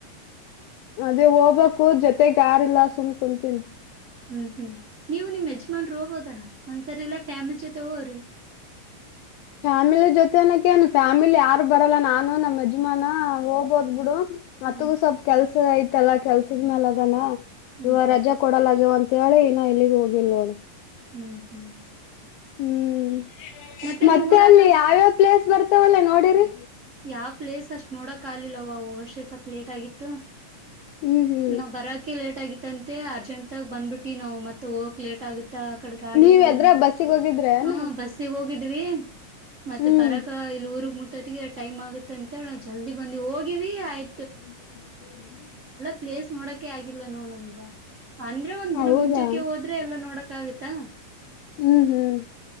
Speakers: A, on the left; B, on the right.
A: ಅದೇ ಹೋಗ್ಬೇಕು ಜೊತೆಗ್ ಯಾರಿಲ್ಲ ಸುಮ್ಕ್ ಕುಂತೀನಿ.
B: ಹ್ಮ್ ಹ್ಮ್ ನೀವು ನಿಮ್ಮ್ ಯಜಮಾನ್ರು ಹೋಗೋದಲ್ಲಾ. ಒಂದ್ಸರಿ ಇಲ್ಲೆ ಫ್ಯಾಮಿಲಿ ಜೊತೆ ವೊರೀ.
A: ಫ್ಯಾಮಿಲಿ ಜೊತೆನಕೇನ್ ಫ್ಯಾಮಿಲಿ ಯಾರು ಬರಲ್ಲಾ ನಾನು ನಮ್ಮ ಯಜಮಾನ ಹೋಗ್ಬೋದ್ ಬಿಡು. ಮತ್ಗೂ
B: ಹ್ಮ್
A: ಸ್ವಲ್ಪ ಕೆಲ್ಸ ಐ ತಲ್ಲಾ ಕೆಲ್ಸದ ಮೇಲ್ ಅದಾನ.
B: ಹ್ಮ್
A: ಇವಾ
B: ಹ್ಮ್
A: ರಜಾ ಕೊಡಲಾಗಿವಂ ತ್ತಾಳೆ ಇನ್ನ್ ಎಲ್ಲಿಗು ಹೋಗಿಲ್ವೋಣ.
B: ಹ್ಮ್ ಹ್ಮ್
A: ಹ್ಮ್
B: ಮತ್ತೆ
A: ಮತ್ತ
B: ನಿಮ್ ಊರಾಗ
A: ಅಲ್ಲಿ ಯಾವ. ಪ್ಲೇಸ್ ಬರ್ತಾವಲ್ಲಾ ನೋಡಿರಿ.
B: ಯಾ ಪ್ಲೇಸ್ ಅಷ್ ಟ್ ನೋಡೋ ಕಾಲಿಲ್ಲವವರ್ಷೆ ಸ್ವಲ್ಪ್ ಲೇಟ್ ಆಗಿತ್ತ.
A: ಹ್ಮ್ ಹ್ಮ್
B: ನಾ ಬರಾಕೆ ಲೇಟ್ ಆಗಿತ್ ತ್ತಂತೆ ಅರ್ಜೆಂಟ್ ಆಗ ಬಂದ್ಬಿಟ್ಟಿ ನಾವ ಮತ್. ಮ ಹೋಗಕ್ ಲೇಟ್ ಆಗುತ್ತ ಆ ಕಡೆ ಗಾಡಿ
A: ನೀವ್
B: ಇರಲ್ಲ
A: ಎದ್ರ
B: ಅಂತೇಳಿ
A: ಬಸ್ಸಿಗೆ ಹೋಗಿದ್ರೆನ
B: ಹ ಬಸ್ಸಿಗೆ ಹೋಗಿದ್ವಿ ಮತ್ತೆ
A: ಹ್ಮ್
B: ಬರಕ ಇಲ್ಲಿ ಊರ್ಗ್ ಮುಟ್ ಒತ್ತಿಗೆ ಟೈಮ್ ಆಗುತ್ತೆ ಅಂತೇಳಿ ನಾವು ಜಲ್ದಿ ಬಂದ್ ಹೋಗಿವಿ ಆಯ್
A: <inaudible>
B: ಪ್ಲೆಸ್ ನೋಡಕ್ ಕ್ಕೆ ಆಗಿಲ್ಲ ನೋಡಮ್ಗ ಅಂದ್ರೆ ಒಂದ್
A: ಹೌದಾ
B: ದಿನ ಮುಂಚಕ್ಕೆ ಹೋದ್ರೆ ಎಲ್ಲಾ ನೋಡಕ್ ಆಗತ್ತಾ.
A: ಹ್ಮ್ ಹ್ಮ್